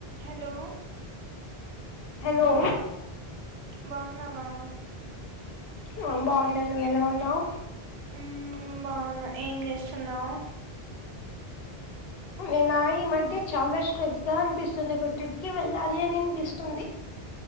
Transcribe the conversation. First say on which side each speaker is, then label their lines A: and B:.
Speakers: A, on the right; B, on the left.
A: Hello
B: hello
A: బాగున్నావా
B: ఆ బాగున్నా నువ్వు ఎలా ఉన్నావు
A: ఉం బాగున్నా ఏం చేస్తున్నావు
B: నేనా ఈ మధ్య చాలా స్ట్రెస్ గా అనిపిస్తుంది ఒక ట్రిప్ కి వెళ్ళాలి అని అనిపిస్తుంది